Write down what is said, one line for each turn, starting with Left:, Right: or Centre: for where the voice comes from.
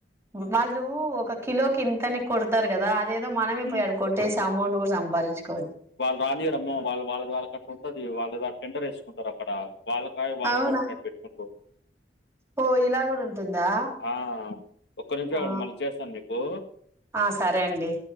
Right: వాళ్ళు ఒక కిలోకిింతని కొడతారు కదా అ అదేదో మనమే
Left: హ్మ్.
Right: పోయాడకోటేస్ అమౌంట్ కూడా సంపాదించు
Left: వాళ్ళు రానియరమ్మో వాళ్ళు వాళ్ళ వాళ్ళ అట్ ఉంటది వాళ్ళ టెండర్ వేసుకుంటారు అక్కడ వాళ్ళ కాయ వాళ్ళు
Right: అవునా
Left: కొట్టినట్ పెట్టుకుంట్రు
Right: ఓ ఇలా కూడా ఉంటుందా
Left: ఆ! ఒక్క నిమిషం
Right: ఆ
Left: ఆగండి మళ్ళీ చేస్తాను మీకు.
Right: ఆ సరే అండి